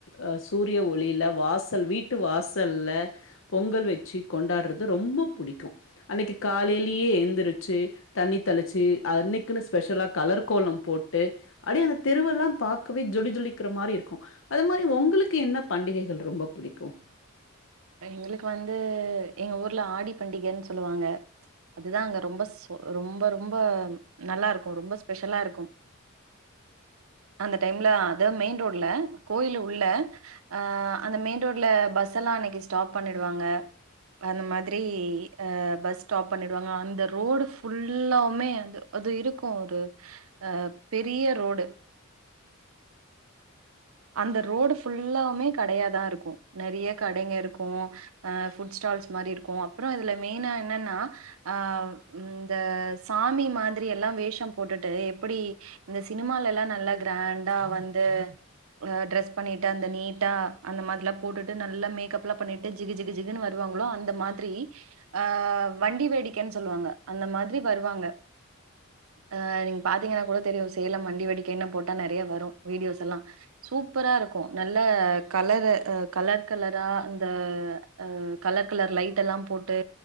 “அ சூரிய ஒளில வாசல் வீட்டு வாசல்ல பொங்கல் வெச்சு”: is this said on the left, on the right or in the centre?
Left